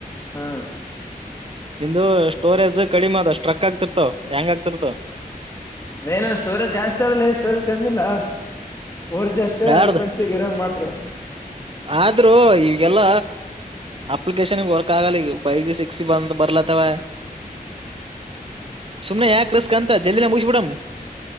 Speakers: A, on the left; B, on the right.
A: ಹಾ
B: ನಿಮ್ದ ಸ್ಟೋರೇಜ್ ಕಡಿಮೆ ಅದ ಸ್ಟ್ರಕ್ ಆಗ್ತಿರ್ತವ ಹ್ಯಾಂಗ್ ಆಗ್ತಿರ್ತಾವ.
A: ಏನ ಸ್ಟೋರೇಜ್ ಜಾಸ್ತಿ ಆದಲೇ ಸ್ಟೋರೇಜ್ ಕಮ್ಮಿಲ್ಲಾ ಫೋರ್ಜಿ ಅಷ್ಟೇ
B: ಯಾರ್ದ
A: ಡಿಪೆಂಡ್ ಸಿಗ ಇರೋದು ಮಾತ್ರ
B: ಆದ್ರೂ ಈಗೆಲ್ಲ ಅಪ್ಲಿಕೇಶನ್ಗ್ ವರ್ಕ್ ಆಗಲ್ಲ ಈಗ ಫೈವ್ ಜಿ ಸಿಕ್ಸ್ ಜಿ ಬಂದು ಬರ್ಲತ್ತವ
A: ಹ
B: ಸುಮ್ಮನೆ ಯಾಕ ರಿಸ್ಕ್ ಅಂತ ಜಲ್ಡಿನೆ ಮುಗಿಸ್ಬಿಡಾನ್.